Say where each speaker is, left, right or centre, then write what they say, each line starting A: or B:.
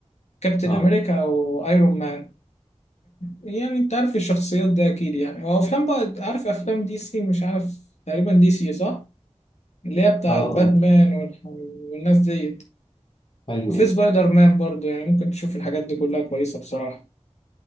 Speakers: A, on the left; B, on the left.
A: كابتن
B: اه
A: امريكا او ايرون مان يعني انت عارف الشخصيات ده اكيد يعني وافلام بقى عارف افلام دي سي مش عارف تقريبا دي سي صح اللي هي بتاعت
B: اه اه
A: باتمان والح- والناس ديت
B: ايوه
A: وفي
B: ايوه
A: سبايدر مان برضو يعني ممكن تشوف الحاجات دي كلها كويسه بصراحه